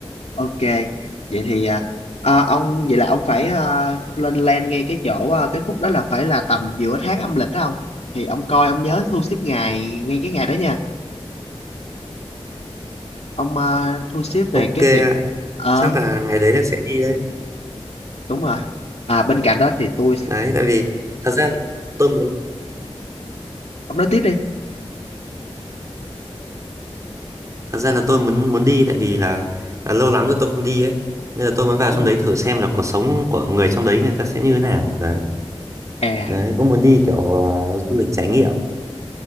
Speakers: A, on the left; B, on the right.
A: ok. Vậy thì à, à, ông vậy là ông phải à, lên plan ngay cái chỗ à, cái khúc đó là phải là tầm giữa tháng âm lịch đó ông. Thì ông coi ông nhớ thu xếp ngày ngay cái ngày đó nha. Ông à, thu xếp về
B: Ok
A: cái
B: ạ.
A: việc ờ
B: Chắc là ngày đấy là sẽ đi đấy.
A: đúng rồi. À bên cạnh đó thì tôi
B: Đấy tại vì thật ra là tôi muốn
A: ông nói tiếp đi.
B: thật ra là tôi muốn muốn đi tại vì là là lâu lắm rồi tôi không đi ấy. Nên là tôi muốn vào
A: Ừ.
B: trong đấy thử xem là cuộc sống của người trong đấy người ta sẽ như thế nào. Đấy.
A: À
B: Đấy cũng muốn đi kiểu ờ, du lịch trải nghiệm.